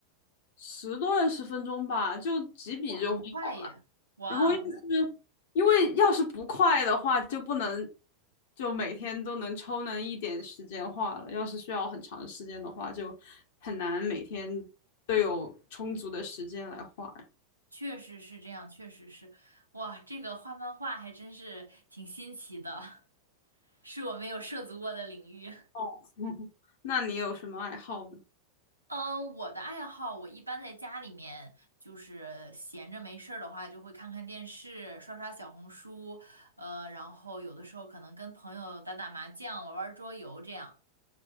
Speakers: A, on the left; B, on the right.
A: 十多二十分钟吧，就几笔就画
B: 哇，很快耶！哇哦，
A: 然后要是
B: 那
A: 因为要是不快的话，就不能就每天都能抽能一点时间画了。要是需要很长时间的话，就很难每天都有充足的时间来画。
B: 确实是这样，确实是，哇，这个画漫画还真是挺新奇的，<laughs> 是我没有涉足过的领域。
A: 哦，<laughs> 那你有什么爱好呢？
B: 嗯，我的爱好，我一般在家里面就是闲着没事儿的话，就会看看电视，刷刷小红书，呃，然后有的时候可能跟朋友打打麻将，玩玩桌游这样。